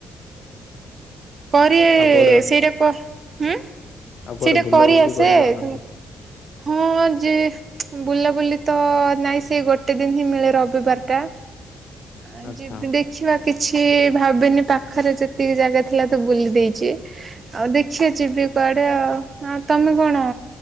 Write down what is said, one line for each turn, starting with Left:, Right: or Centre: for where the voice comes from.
Right: କରିଏ
Left: ଆଉ କୁଆଡେ ଆଉ କୁଆଡେ
Right: ସେଇଟା
Left: ବୁଲାବୁଲି
Right: କରିଆସେ
Left: କରି ଯାଉନାହାନ୍ତି
Right: ତୁମକୁ? ହଁ ଯେ ଚ୍ ବୁଲାବୁଲି ତ ନହିଁ ସେଇ ଗୋଟେ ଦିନ ହିଁ ମିଳେ ରବିବାରଟା। ଅଁ
Left: ଆଚ୍ଛା
Right: ଯିବି ଦେଖିବା। କିଛି ଭାବେନି ପାଖରେ ଯେତିକି ଜାଗା ଥିଲା ତ ବୁଲି ଦେଇଚି ଆଉ ଦେଖିଆ ଯିବି। କୁଆଡେ ଆଉ ତମେ କଣ